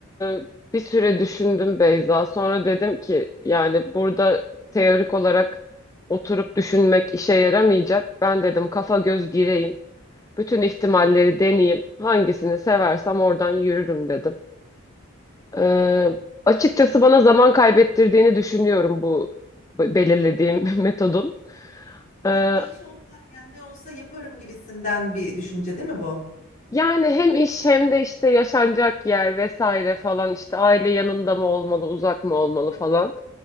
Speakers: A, on the left (about 15°); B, on the left (about 40°).
A: e, bir süre düşündüm Beyza. Sonra dedim ki yani burada teorik olarak oturup düşünmek işe yaramayacak. Ben dedim kafa göz gireyim. Bütün ihtimalleri deneyeyim. Hangisini seversem oradan yürürüm dedim. Ee, açıkçası bana zaman kaybettirdiğini düşünüyorum bu belirlediğim <laughs> metodun.
B: Ne,
A: Ee,
B: ne iş olsa yani ne olsa yaparım gibisinden bir düşünce değil mi bu?
A: yani hem iş hem de işte yaşanacak yer vesaire falan işte aile yanında mı olmalı, uzak mı olmalı falan.